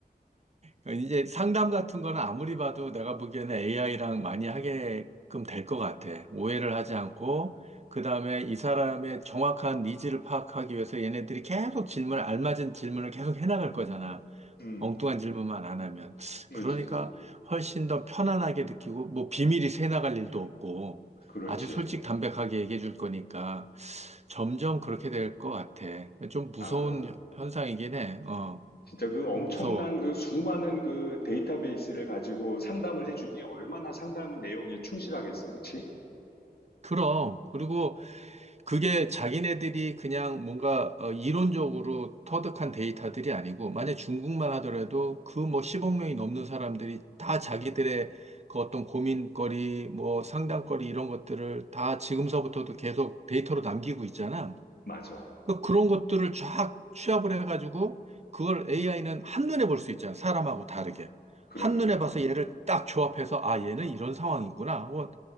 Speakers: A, on the right; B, on the left.
A: 그러니까 이제 상담 같은 거는 아무리 봐도 내가 보기에는 AI랑 많이 하게끔 될 것 같아. 오해를 하지 않고, 그 다음에 이 사람의 정확한 니즈를 파악하기 위해서 얘네들이 계속 질문을, 알맞은 질문을 계속 해나갈 거잖아.
B: 음,
A: 엉뚱한 질문만 안 하면.
B: 그렇지,
A: 그러니까 훨씬 더 편안하게 느끼고, 뭐 비밀이 새나갈 일도 없고,
B: 그렇지.
A: 아주 솔직 담백하게 얘기해 줄 거니까 점점 그렇게 될 것 같아. 좀 무서운
B: 아, 그
A: 현상이긴 해. 어,
B: 진짜 그 엄청난
A: 무서워.
B: 그 수많은 그 데이터베이스를 가지고 상담을 해주니 얼마나 상담 내용이 충실하겠어, 그치?
A: 그럼. 그리고 그게 자기네들이 그냥 뭔가 어, 이론적으로 터득한 데이터들이 아니고, 만약 중국만 하더라도 그 뭐 10억 명이 넘는 사람들이 다 자기들의 그 어떤 고민거리, 뭐 상담거리 이런 것들을 다 지금서부터도 계속 데이터로 남기고 있잖아.
B: 맞아.
A: 그 그런 것들을 쫙 취합을 해가지고 그걸 AI는 한눈에 볼 수 있잖아. 사람하고 다르게.
B: 그러니까,
A: 한눈에 봐서 얘를 딱 조합해서 아, 얘는 이런 상황이구나. 혹은